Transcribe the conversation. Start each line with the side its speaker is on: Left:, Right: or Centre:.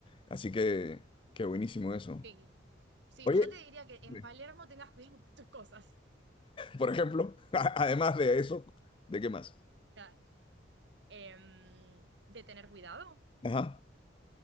Left: Así que, qué buenísimo eso.
Right: Sí, sí,
Left: Oye,
Right: yo te diría que
Left: <laughs>
Right: en Palermo tengas cuidado con tus cosas.
Left: por ejemplo, <laughs> además de eso, ¿de qué más?
Right: Claro. Em, de tener cuidado,
Left: Ajá,